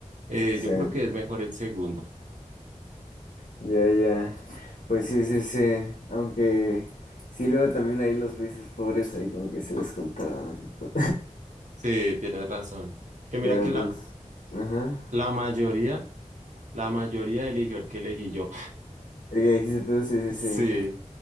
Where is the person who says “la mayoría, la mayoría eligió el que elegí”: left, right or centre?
Right